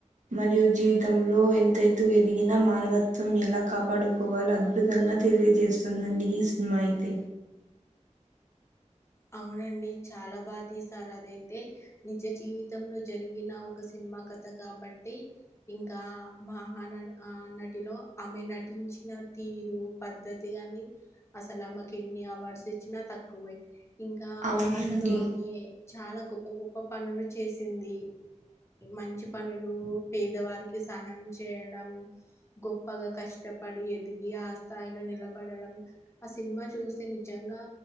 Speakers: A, on the right (about 80°); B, on the left (about 20°).
A: మరియు జీవితంలో ఎంత ఎత్తు ఎదిగినా మానవత్వం ఎలా కా పాడుకోవాలో అద్భుతంగా తెలియజేస్తుందండి ఈ సినిమా అయితే
B: అవునండి చాలా బాగా తీశారు అదైతే నిజ జీవితంలో జరిగిన ఒక సిని మా కథ కాబట్టి ఇంకా మహాన ఆ నటిలో ఆమె నటించి న తీరు పద్ధతి గాని అసలు ఆమకి ఎన్ని అవార్డ్స్ ఇచ్చినా తక్కువే ఇంకా
A: అవునండి
B: అసలు ఆమె చాలా గొప్ప గొప్ప పనులు చేసింది మంచి పనులు పేదవారికి సహాయం చేయడం గొప్పగా కష్ట పడి ఎదిగి ఆ స్థాయిలో నిలబడడం ఆ సినిమా చూసి నిజంగా